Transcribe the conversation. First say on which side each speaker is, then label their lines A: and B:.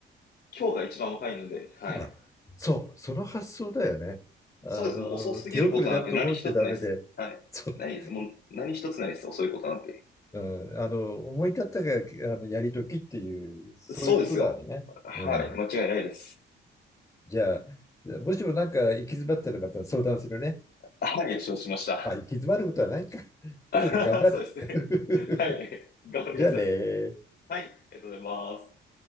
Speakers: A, on the left (about 55°); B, on the left (about 15°).
A: 今日が一番若いので、はい。
B: あ、そう、その発想だよね。あの手遅れだと思ってダメで、
A: そうです。もう遅すぎることなんて何一つないです。はい。
B: そう、
A: ないです。もう何一つないです。遅いことなんて。
B: うん、あの、思い立ったが、あの、やり時っていう、そういうことだよね。
A: そうですよ。はい。
B: うん。
A: 間違いないです。
B: じゃあ、もしもなんか行き詰まったらまた相談するね。
A: はい。承知しました。
B: まあ、行き詰まることはないか。とにかく頑張る。
A: <laughs> そうですね。はい。
B: <laughs>
A: 頑張ってください。
B: じゃあねー
A: はい。ありがとうございます。